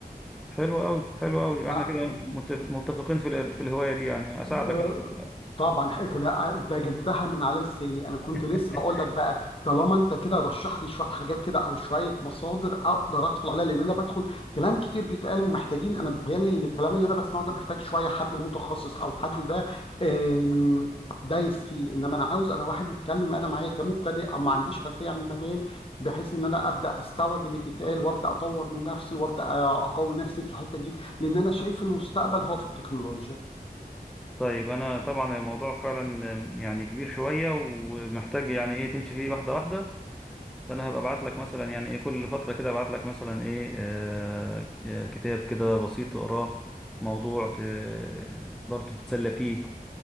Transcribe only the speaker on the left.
مخفي
آه،
طبعا حاجة كده آه، انت جبتها من على لساني انا كنت
لسه بقول لك بقى طالما انت كده رشح لي شويه حاجات كده او شويه مصادر اقدر ادخل عليها لان انا بدخل كلام كتير بيتقال ومحتاجين انا بيتهيألي الكلام اللي انا بسمعه ده محتاج شويه حد متخصص او حد ده آم، دايس فيه انما انا عاوز انا واحد يتكلم انا معايا كمبتدئ او ما عنديش خلفيه عن المجال بحيث ان انا ابدا استوعب اللي بيتقال وابدا اطور من نفسي وابدا آه، اقوي نفسي في الحته دي لان انا شايف المستقبل هو في التكنولوجيا